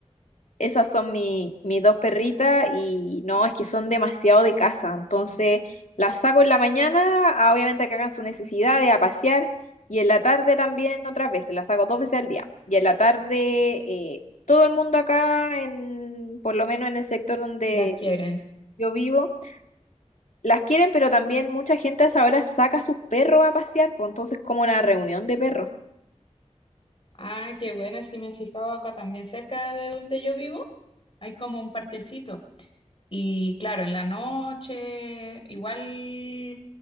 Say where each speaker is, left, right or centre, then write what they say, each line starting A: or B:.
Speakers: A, on the left; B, on the left.
A: esas son mi- mis dos perritas y no, es que son demasiado de casa. Entonces las saco en la mañana, a- obviamente a que hagan sus necesidades, a pasear, y en la tarde también otras veces, las saco dos veces al día. Y en la tarde eh, todo el mundo acá, en, por lo menos en el sector donde
B: Las quieren.
A: yo vivo, las quieren, pero también mucha gente a esa hora saca a sus perros a pasear, pues entonces como una reunión de perros.
B: Ah, qué buena, sí me he fijado acá también cerca de donde yo vivo. Hay como un parquecito Y claro, en la noche, igual